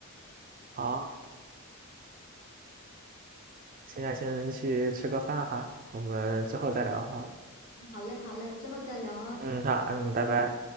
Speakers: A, on the right (about 40°); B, on the left (about 40°).
A: 好。现在先去吃个饭哈，我们之后再聊哈。
B: 好嘞，好嘞，之后再聊啊，拜拜。
A: 嗯，那嗯，拜拜。